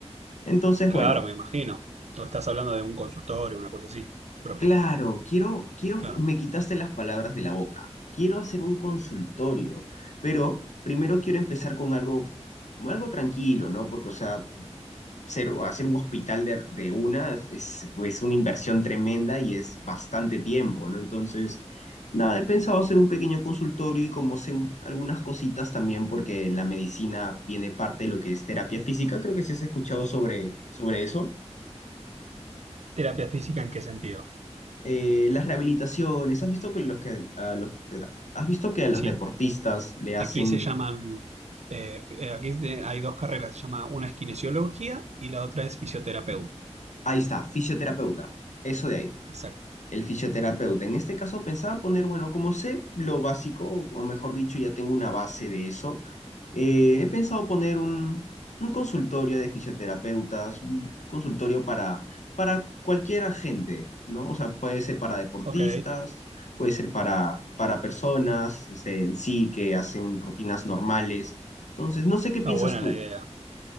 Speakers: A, on the left; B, on the right.
A: Entonces,
B: Claro,
A: bueno,
B: me imagino. O estás hablando de un consultorio, una cosa así, propio.
A: claro, quiero, quiero,
B: Claro.
A: me quitaste las palabras de la boca. Quiero hacer un consultorio, pero primero quiero empezar con algo, algo tranquilo, ¿no? Porque, o sea, ser, hacer un hospital de, de una es, es una inversión tremenda y es bastante tiempo, ¿no? Entonces, nada, he pensado hacer un pequeño consultorio y como sé algunas cositas también, porque en la medicina viene parte de lo que es terapia física, creo que sí has escuchado sobre, sobre eso.
B: ¿Terapia física en qué sentido?
A: Eh, las rehabilitaciones, ¿has visto que, los que a los, eh, has visto que a los
B: Sí.
A: deportistas le hacen,
B: Aquí se llaman. eh, fi- eh, aquí te- hay dos carreras, se llama una es kinesiología y la otra es fisioterapeuta.
A: ahí está, fisioterapeuta, eso de ahí.
B: Exacto.
A: el fisioterapeuta. En este caso pensaba poner, bueno, como sé lo básico, o mejor dicho, ya tengo una base de eso, eh, he pensado poner un, un consultorio de fisioterapeutas, un consultorio para, para cualquier gente, ¿no? O sea, puede ser para deportistas,
B: Ok,
A: puede ser para, para personas este, en sí que hacen rutinas normales. Entonces, no sé qué
B: está
A: piensas
B: buena
A: tú.
B: la idea.